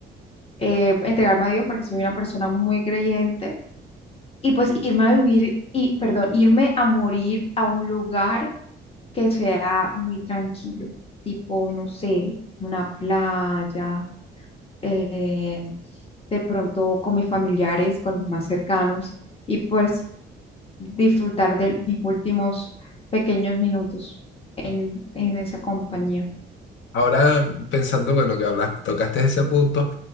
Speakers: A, on the left (about 30°); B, on the left (about 70°).
A: eh, entregarme a Dios porque soy una persona muy creyente y pues irme a vivir y, perdón, irme a morir a un lugar que sea muy tranquilo, tipo, no sé, una playa, eh, de pronto con mis familiares, con los más cercanos, y pues disfrutar de mis últimos pequeños minutos en, en esa compañía.
B: Ahora pensando, bueno, que hablas, tocaste ese punto,